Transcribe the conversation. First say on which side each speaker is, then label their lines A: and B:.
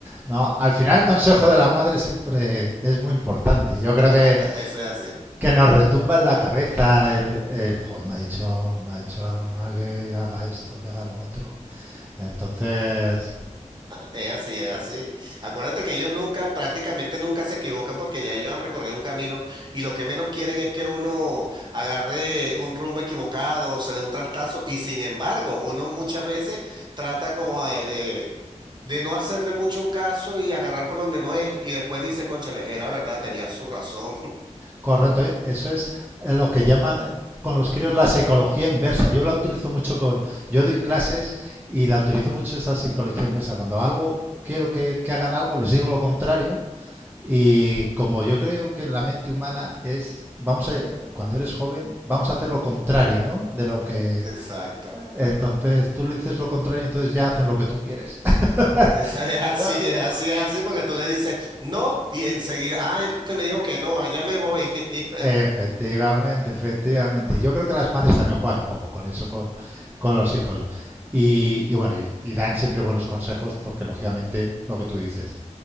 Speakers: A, on the right (about 15°); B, on the right (about 35°).
A: No, al final el consejo de la madre siempre es muy importante. Yo creo
B: <laughs>
A: que,
B: eso es así.
A: que nos retumba en la cabeza el, el joder, me ha dicho, me ha dicho la mamá que haga esto, que haga lo otro. Entonces,
B: Es así, es así. Acuérdate que ellos nunca, prácticamente nunca se equivocan porque ya ellos han recorrido un camino y lo que menos quieren es que uno agarre un rumbo equivocado, se dé un trastazo y sin embargo, uno muchas veces trata como de, de, de no hacerle mucho caso y agarrar por donde no es y después dice, cónchale, era verdad, tenía su razón.
A: Correcto, e- eso es eh, lo que llaman eh, con los críos la psicología inversa. Yo la utilizo mucho con, yo doy clases y la utilizo mucho esa psicología inversa. Cuando algo quiero que, que hagan algo, les digo lo contrario y como yo creo que en la mente humana es, vamos a, cuando eres joven, vamos a hacer lo contrario, ¿no? De lo que,
B: <laughs> Exacto.
A: entonces tú le dices lo contrario, entonces ya hacen lo que tú quieres.
B: Esa
A: <laughs>
B: es así, es así, es así porque tú le dices no y enseguida, ah, este me dijo que no, allá me voy. <laughs>
A: Efectivamente, efectivamente. Y Yo creo que las madres también juegan un poco con eso, con, con los hijos. Y, y bueno, y, y dan siempre buenos consejos porque lógicamente lo que tú dices,